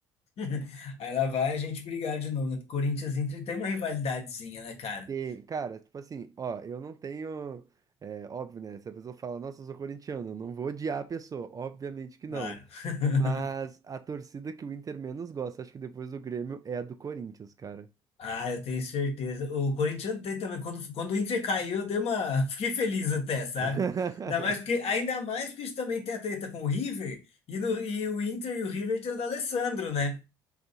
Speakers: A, on the left; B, on the right.
A: <laughs> Aí lá vai a gente brigar de novo, né? Porque Corinthians e Inter tem uma rivalidadezinha, né, cara?
B: Tem, cara, tipo assim, ó, eu não tenho. É, óbvio, né? Se a pessoa fala, nossa, eu sou corintiano, eu não vou odiar a pessoa. Obviamente que não.
A: Claro. <laughs>
B: Mas a torcida que o Inter menos gosta, acho que depois do Grêmio, é a do Corinthians, cara.
A: Ah, eu tenho certeza. O Corinthians tem também. Quando, quando o Inter caiu, eu dei uma. <laughs> Fiquei feliz até, sabe?
B: <laughs>
A: Ainda mais porque, ainda mais porque a gente também tem a treta com o River. E, no, e o Inter e o River tem o D'Alessandro, né?